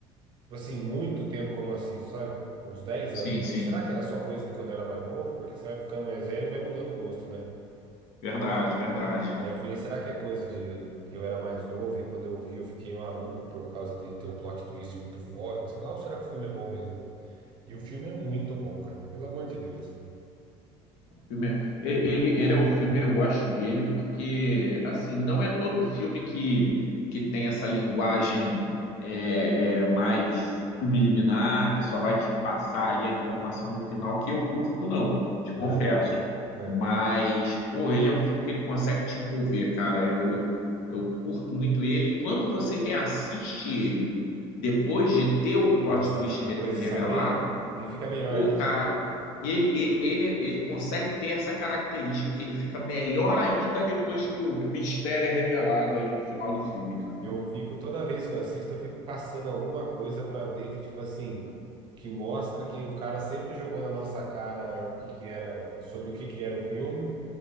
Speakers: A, on the right; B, on the left.
A: tipo assim, muito tempo que eu não assisto, sabe? Tipo, Uns dez
B: Sim,
A: anos. Eu falei,
B: sim.
A: será que era só coisa de quando eu era mais novo? Porque você vai ficando mais velho e vai mudando o gosto, né?
B: Verdade, verdade.
A: Aí eu falei, será que é coisa de que eu era mais novo e quando eu vi eu fiquei maluco por causa de ter o plot twist muito forte, não sei o que lá, ou será que o filme é bom mesmo? E o filme é muito bom, cara, pelo amor de Deus.
B: filme, e- ele, ele é um filme, eu gosto dele porque, assim, não é todo filme que, que tem essa linguagem é, é, mais subliminar, que só vai te passar ali a informação no final, que eu curto, não, te confesso.
A: É, é.
B: Mas, pô, ele é um filme que ele consegue te envolver, cara. Eu, eu, eu curto muito ele. E quando você reassiste ele, depois de ter o plot
A: De sa-
B: twist
A: Depois
B: re- revelado,
A: de saber, ele fica melhor,
B: Pô,
A: né?
B: cara, ele, ele, ele, ele consegue ter essa característica, que ele fica melhor ainda depois que o, que o mistério é revelado ali no final do filme, cara.
A: Eu fico, toda vez que eu assisto, eu fico caçando alguma coisa pra ver que, tipo assim, que mostra que o cara sempre jogou na nossa cara o que que era, sobre o que que era o filme